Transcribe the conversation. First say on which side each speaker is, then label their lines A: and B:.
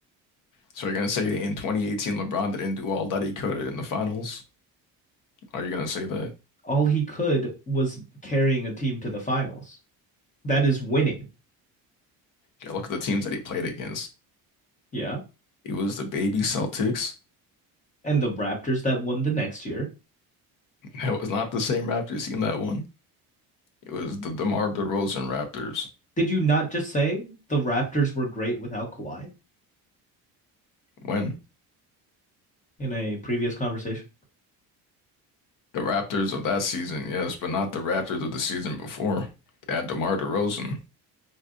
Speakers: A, on the left; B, on the left.
A: So you're gonna say in 2018 LeBron didn't do all that he could in the finals? Are you gonna say that?
B: All he could was carrying a team to the finals. That is winning.
A: Yeah, look at the teams that he played against.
B: Yeah.
A: It was the baby Celtics. <laughs>
B: And the Raptors that won the next year.
A: It was not the same Raptors team that won. It was the DeMar DeRozan Raptors.
B: Did you not just say the Raptors were great without Kawhi
A: When?
B: in a previous conversation?
A: The Raptors of that season, yes, but not the Raptors of the season before. They had DeMar DeRozan.